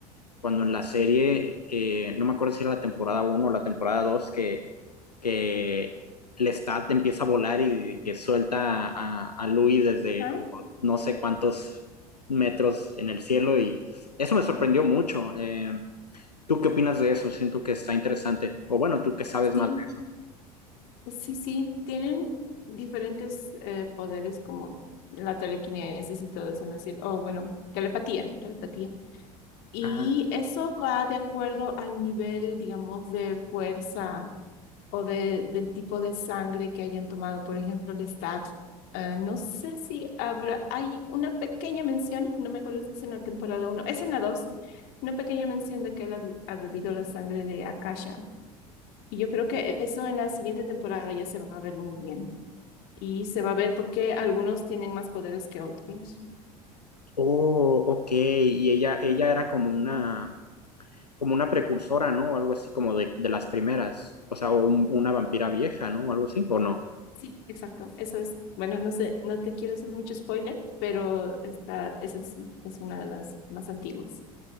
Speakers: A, on the left (about 85°); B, on the left (about 55°).
A: cuando en la serie, eh, no me acuerdo si era la temporada uno o la temporada 2 que, que Lestat empieza a volar y que suelta a, a Louis desde
B: Ajá.
A: como no sé cuántos metros en el cielo y eso me sorprendió mucho. Eh, ¿Tú qué opinas de eso? Siento que está interesante. O bueno, tú que sabes
B: Sí.
A: más de...
B: Sí, sí, tienen diferentes eh, poderes como la telequinesis y todo eso, ¿no es decir? O bueno, telepatía, telepatía. Y
A: Ah,
B: eso va de acuerdo al nivel, digamos, de fuerza o de, del tipo de sangre que hayan tomado. Por ejemplo, el Stab. eh, no sé si habrá, hay una pequeña mención, no me acuerdo si es en la temporada uno, es en la 2. una pequeña mención de que él ha, ha bebido la sangre de Akasha. Y yo creo que eso en la siguiente temporada ya se va a ver muy bien y se va a ver por qué algunos tienen más poderes que otros.
A: oh, ok. Y ella,
B: Ujú,
A: ella era como una, como una precursora, ¿no? O algo así como de, de las primeras. O sea, o un- una vampira vieja, ¿no? O algo así, ¿o no?
B: Sí, exacto, eso es. Bueno, no sé, no te quiero hacer mucho spoiler, pero esta, esa es, es una de las más antiguas.